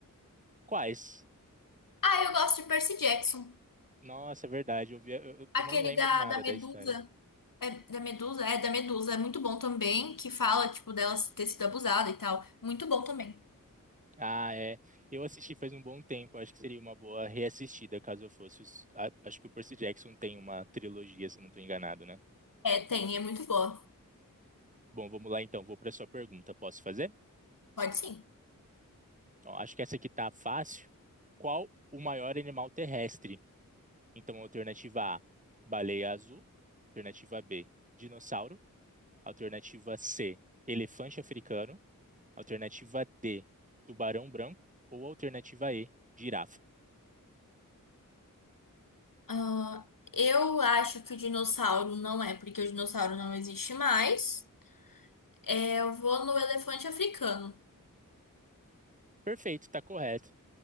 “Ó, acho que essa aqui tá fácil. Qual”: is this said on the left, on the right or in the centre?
Right